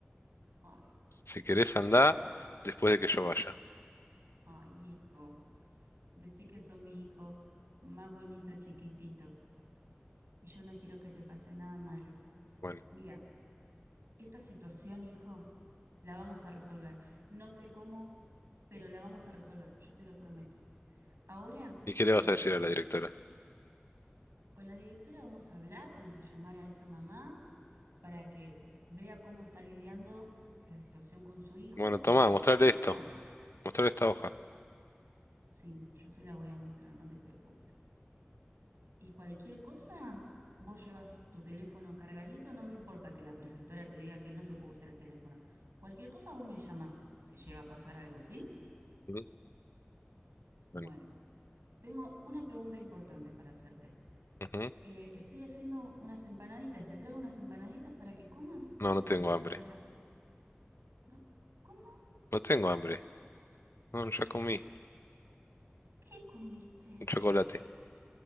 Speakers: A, on the right (about 80°); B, on the left (about 80°).
A: Ay,
B: Si querés andá
A: bueno,
B: después de que yo vaya.
A: ay, hijo, decí que sos mi hijo más bonito chiquitito y yo no quiero que te pase nada malo.
B: Bueno,
A: Mira, esta situación, hijo, la vamos a resolver. No sé cómo, pero la vamos a resolver, yo te lo prometo. Ahora
B: ¿y qué le
A: quiero
B: vas a decir
A: que te
B: a
A: arregles.
B: la directora?
A: Con la directora vamos a hablar, vamos a llamar a esa mamá para que vea cómo está lidiando la situación con su hijo,
B: Bueno, tomá,
A: porque
B: mostrarle
A: esto,
B: esto. Mostrar esta hoja.
A: sí, yo se la voy a mostrar, no te preocupes. Y cualquier cosa, vos llevas tu teléfono cargadito, no me importa que la preceptora te diga que no se puede usar el teléfono. Cualquier cosa vos me llamás si llega a pasar algo, ¿sí?
B: Ujú,
A: Bueno,
B: Bueno.
A: tengo una pregunta importante para hacerte.
B: ujú.
A: Eh, estoy haciendo unas empanaditas, te traigo unas empanaditas para que comas
B: No,
A: mientras
B: no tengo
A: estudias
B: hambre.
A: la... pro- No, ¿cómo?
B: No tengo hambre. No, ya comí
A: ¿Qué comiste?
B: un chocolate.